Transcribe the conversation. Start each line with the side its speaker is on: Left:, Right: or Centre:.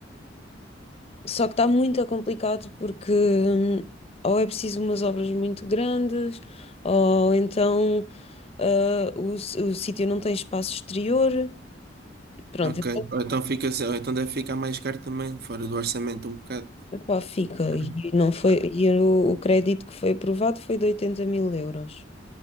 Left: Só que está muito complicado porque hum, ou é preciso umas obras muito grandes, ou então ah, o, s- o sítio não tem espaço exterior. Pronto,
Right: Ok.
Left: então
Right: Ou Então fica, ou então deve ficar mais caro também, fora do orçamento um bocado.
Left: epá, fica.
Right: <coughs>
Left: E, não foi,
Right: Ah,
Left: e o, o crédito que foi aprovado foi de 80 mil euros.